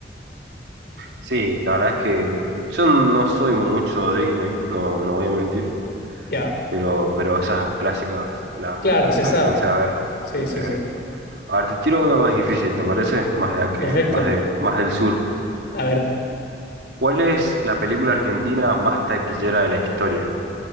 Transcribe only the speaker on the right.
Sí, la verdad es que yo no soy mucho de Disney, no, no voy a mentir.
pero, pero esas clásicas la-
las
alcancé a ver
y
se ve
A ver, te tiro una más difícil, ¿te parece? Más de la que,
más de, más del sur.
¿Cuál es la película argentina más taquillera de la historia?